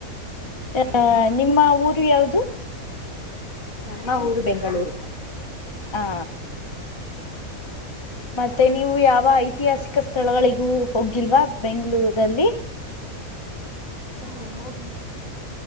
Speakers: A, on the left; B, on the left.
A: ಅ
B: ಹಾ
A: ನಿಮ್ಮ ಊರು ಯಾವದು
B: ನಮ್ಮ ಊರು ಬೆಂಗಳೂರು
A: ಹಾ ಮತ್ತೆ ನೀವು ಯಾವ ಐತಿಹಾಸಿಕ ಸ್ಥಳಗಳಿಗೂ ಹೋಗಿಲ್ವಾ ಬೆಂಗ್ಳೂರಲ್ಲಿ.
B: ಇಲ್ಲಾ ಹೋಗಿಲ್ಲಾ